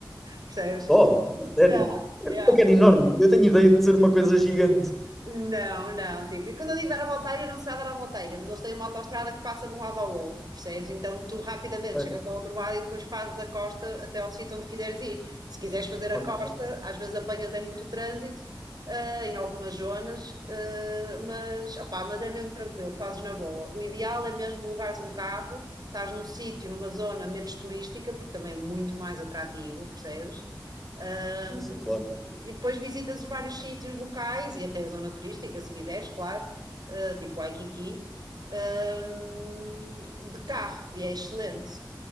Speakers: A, on the right; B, in the centre.
A: percebes?
B: Oh, a sério?
A: Yeah,
B: É
A: yeah.
B: um enorme. Eu tenho ideia de ser uma coisa gigante.
A: Não, não, tipo, e quando eu digo dar a volteira, não será dar a volteira, mas eles têm uma autoestrada que passa de um lado ao outro, percebes? Então tu rapidamente
B: Ok,
A: chegas ao outro lado e depois fazes a costa até ao sítio onde quiseres ir. Se quiseres fazer
B: ok,
A: a costa, às vezes apanhas é muito trânsito, ah, em algumas zonas, ah, mas, opá, mas é mesmo tranquilo, fazes na boa. O ideal é mesmo alugares um carro, estás num sítio, numa zona menos turística, porque também é muito mais atrativo, percebes? Um,
B: sim, sim, claro.
A: e depois visitas os vários sítios locais e até a zona turística, se quiseres, claro, uh, tipo Waikiki, um, de carro, e é excelente.